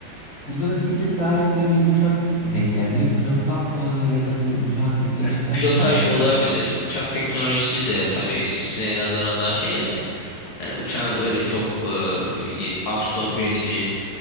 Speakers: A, on the right (about 40°); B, on the left (about 65°).
A: Bunda böyle bir tık daha hep böyle yumuşak denk geldi. Ya pilottan mı ya da bu uçağın teknolojisinden
B: Ya, pilotaj
A: mi kaynaklıydı?
B: olabilir. Uçak teknolojisi de tabii eskisine nazaran daha şey de. Yani uçağın öyle çok e, ye- absorbe edici